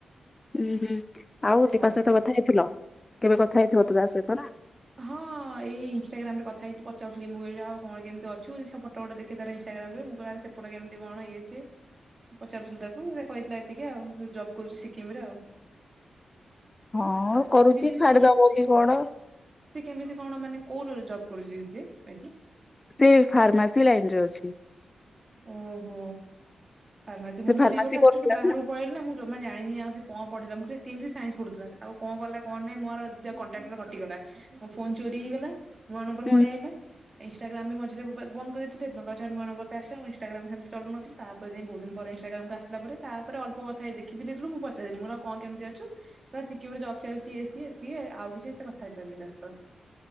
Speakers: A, on the left; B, on the right.
A: ହୁଁ ହୁଁ ଆଉ ଦୀପା
B: ହଁ।
A: ସହିତ କଥା ହେଇଥିଲ କେବେ କଥା ହେଇଥିବ ତୁ ତା ସହିତ ନା।
B: ହଁ ଏଇ ଇନଷ୍ଟାଗ୍ରାମ ରେ କଥା ହେଇଛି ପଚାରୁ ଫିଲ୍ମ ଆଉ କଣ କେମିତି ଅଛୁ ଟ ଦେଖତାର ଇନଷ୍ଟାଗ୍ରାମରେ ମୁଁ କ ସେପଟ କେମିତି କଣ ଇଏ ସିଏ। ପଚାରୁ ଥିଲୁ ତାକୁ ସେ କହିଥିଲା ଏତିକି ଆଉ ଜବ କରୁଛି ସିକିମ ରେ ଆଉ।
A: ହଁ
B: ଆଉ
A: କରୁଛି
B: ଦିଦି
A: ଛାଡିଦବ ବୋଲି କଣ?
B: ସେ କେମିତି କଣ ମାନେ କୋଉଦରେ ଜବ୍ କରୁଛି ସିଏ ବାକି।
A: ସେ ଫାର୍ମାସି ଲାଇନରେ ଅଛି।
B: ଓହୋ ଫାର୍ମାସି ମୁଁ
A: ସେ ଫାର୍ମାସି
B: ଦି ବର୍ଷ ଆକଚୁଆଲି
A: କରୁଥିଲା
B: ବାହାରୁ ପଢିଲା ମୁଁ ଜମା ଜାଣିନି ଆଉ ସେ କଣ ପଢିଲା ମୁଁ ସେ ତିନିିନ ସାଇନ୍ସ ପଢୁଥିଲା ଆଉ କଣ କଲା କଣ ନାହିଁ ମୋର କଣ୍ଟାକ୍ଟ ର ଗଲା ମୋ ଫୋନ ଚୋରି ହେଇଗଲା ନୂଆ ନମ୍ବର
A: ହୁଁ
B: ବଢିଆଇଲା ଇନଷ୍ଟାଗ୍ରାମ ବି ମଝିରେ ବନ୍ଦ କରିଥିଲଥିଲୋ ନୂ ନବର ତ ଆସିବ ଇନଷ୍ଟାଗ୍ରାମ ସେମତି ଚଳୁନଥିଲଥିଲ ତା <unintelligible> ବହୁତ ଦିନ ପରେ ଇନଷ୍ଟାଗ୍ରାମକୁ ଆସିଲା ପରେ ତାପରେ ଅଳପ କଥା ହେ ଦେଖିଥିଲୁ ମୁଁ ପଚାରଥିଲିଁ କଣ କେମିତି ଅଛୁ। ପୁରା ସିକିମରେ ଜବ୍ ଚାଲିଚି ଇଏ ସିଏ ଆଉ କିଛି ଏତେ କଥା ହେଇପାରାରୁନି ତା ସହ।